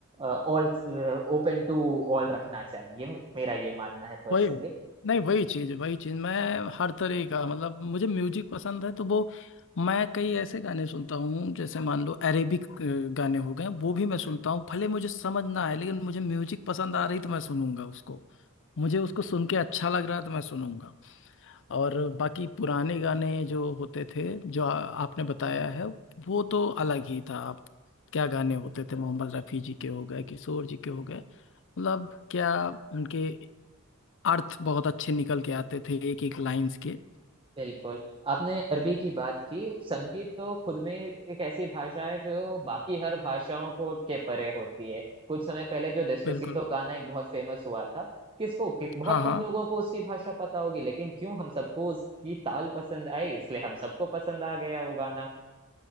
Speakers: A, on the right; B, on the left.
A: all open to all रखना चाहिए मेरा ये मानना है पर्सनली
B: वही नहीं वही चीज वही चीज मैं हर तरह का मतलब मुझे म्यूजिक पसंद है तो वो मैं कई ऐसे गाने सुनता हूँ जैसे मान लो अरेबिक अ, गाने हो गए वो भी मैं सुनता हूँ भले मुझे समझ ना आए लेकिन मुझे म्यूजिक पसंद आ रही तो मैं सुनूंगा उसको मुझे उसको सुन के अच्छा लग रहा है तो मैं सुनूंगा और बाकी पुराने गाने जो होते थे जो आ, आपने बताया है वो तो अलग ही था आप क्या गाने होते थे मोहम्मद रफी जी के हो गए किशोर जी के हो गए मतलब क्या उनके अर्थ बहुत अच्छे निकल के आते थे एक एक लाइंस के
A: बिल्कुल। आपने अरबी की बात की। संगीत तो खुद में एक ऐसी भाषा है जो बाकी हर भाषाओं को के परे होती है। कुछ समय पहले जो डेस्पासितो
B: बिल्कुल
A: गाना एक बहुत फेमस हुआ था, किसको कि बहुत
B: हाँ हाँ
A: कम लोगों को उसकी भाषा पता होगी, लेकिन क्यों हम सबको उसकी ताल पसंद आई, इसलिए हम सबको पसंद आ गया वो गाना।